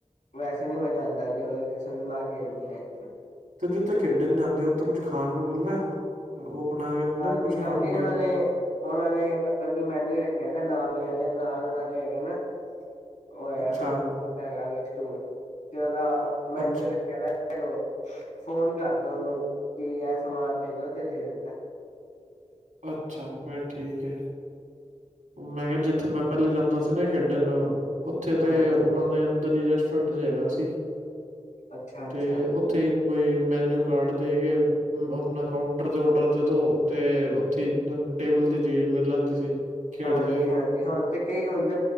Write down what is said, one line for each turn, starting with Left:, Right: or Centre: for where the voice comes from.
Left: ਵੈਸੇ ਨੀ ਮਜ਼ਾ ਆਂਦਾ ਜਦ ਕਿਸੇ ਨੂੰ ਨਾ ਖੇਲਣੀ ਆਏ।
Right: ਅਤੇ ਜਿੱਥੇ ਖੇਡਣ ਜਾਂਦੇ ਆ ਉੱਥੇ ਕੁਛ ਖਾਣ ਨੂੰ ਮਿਲਦਾ? ਉਹ ਬਣਾ ਕੇ ਦਿੰਦੇ
Left: ਹਾਂਜੀ-ਹਾਂਜੀ
Right: ਨੇ ਕੁੱਝ ਖਾਣ ਪੀਣ
Left: ਉਹਨਾਂ
Right: ਨੂੰ
Left: ਨੇ ਉਹਨਾਂ ਨੇ ਮਤਲਬ ਕਿ ਮੈਨੂ ਰੱਖਿਆ ਰੱਖਿਆ ਦਾ ਨਾਲ ਲਿਆ ਦੇ ਨਾਲ ਉਹਨਾਂ ਦੇ ਹੈਗੇ ਨਾ। ਉਹ ਹੈਗਾ
Right: ਅੱਛਾ,
Left: ਖਾਣ ਪੀਣ ਹੈਗਾ ਵੇ। ਟੂਰ ਤੇ ਉਹਦਾ ਮੈਨੂ
Right: ਅੱਛਾ,
Left: ਰੱਖਿਆ ਦਾ ਤੇ ਉਹ ਫੋਨ ਕਰਦਾ ਉਹਨੂੰ ਕਿ ਇਹ ਸਮਾਨ ਦੇ ਦਿੋ ਤੇ ਦੇ ਦਿੰਦਾ
Right: ਅੱਛਾ ਫਿਰ ਠੀਕ ਹੈ ਮੈਂ ਕਿਹਾ ਜਿੱਥੇ ਮੈਂ ਪਹਿਲੇ ਜਾਂਦਾ ਸੀ ਨਾ ਖੇਡਣ ਨੂੰ ਉੱਥੇ
Left: ਹਾਂਜੀ
Right: ਤੇ ਉਹਨਾਂ
Left: ਹਾਂਜੀ
Right: ਦੇ ਅੰਦਰ ਹੀ ਰ ਜੀ ਹੈਗਾ ਸੀ
Left: ਅੱਛਾ ਅੱਛਾ
Right: ਤੇ ਉੱਥੇ ਹੀ ਕੋਈ ਮੈਨਊ ਕਾਰਡ ਦੇ ਕੇ ਆਪਣਾ ਕਾਊਂਟਰ ਤੇ ਔਡਰ ਜਦੋਂ ਤੇ ਤੁਹਾਨੂੰ ਟੇਬਲ ਤੇ ਚੀ ਮਿਲ ਲੈਂਦੀ ਸੀ ਖੇਡਦੇ
Left: ਹਾਂਜੀ
Right: ਹੋਏ
Left: ਹਾਂਜੀ ਹੁਣ ਤੇ ਕਈ ਹੁਣ ਤੇ